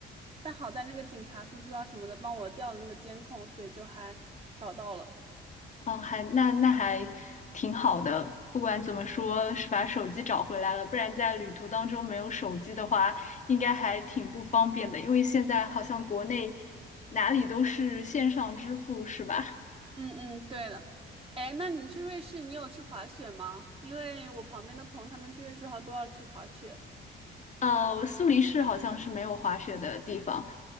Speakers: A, on the right; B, on the left.
A: 但好在那个警察叔叔啊什么的帮我调了那个监控，所以就还找到了。
B: 啊！还那那还挺好的。不管怎么说，是把手机找回来了，不然在旅途当中没有手机的话，应该还挺不方便的。因为现在好像国内哪里都是线上支付，是吧？
A: 嗯嗯，对的。哎，那你去瑞士，你有去滑雪吗？因为我旁边的朋友他们去瑞士好像都要去滑雪。
B: 呃，苏黎世好像是没有滑雪的地方，